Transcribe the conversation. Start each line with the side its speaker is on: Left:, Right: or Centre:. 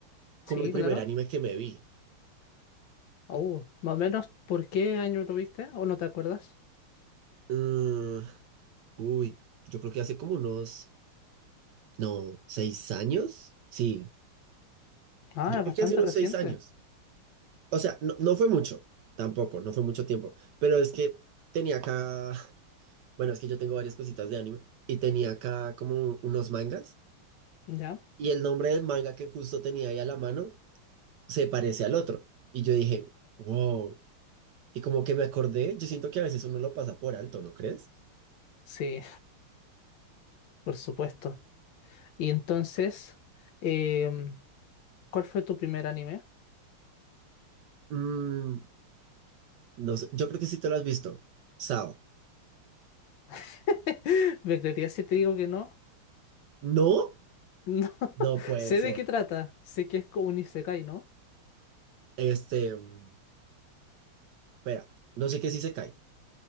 Right: como
Left: Sí,
Right: el primer
Left: claro.
Right: anime que me vi.
Left: Oh, más o menos, ¿por qué año lo viste? ¿O no te acuerdas?
Right: Mm, uy, yo creo que hace como unos, no, seis años. Sí,
Left: Ah,
Right: yo
Left: es
Right: creo
Left: bastante
Right: que hace unos
Left: reciente.
Right: seis años. O sea, no, no fue mucho, tampoco, no fue mucho tiempo, pero es que tenía acá, <laughs> bueno, es que yo tengo varias cositas de anime y tenía acá como unos mangas.
Left: ¿Ya?
Right: Y el nombre del manga que justo tenía ahí a la mano se parece al otro. Y yo dije, wow. Y como que me acordé, yo siento que a veces uno lo pasa por alto, ¿no crees?
Left: Sí, <laughs> por supuesto. Y entonces, em, ¿cuál fue tu primer anime?
Right: Mm, no sé, yo creo que sí te lo has visto. Sao.
Left: <laughs> ¿Me creerías si te digo que no?
Right: No,
Left: No. <laughs>
Right: no puede
Left: Sé
Right: ser.
Left: de qué trata. Sé que es como un isekai, ¿no?
Right: Este, mm, espera, no sé qué si se cae.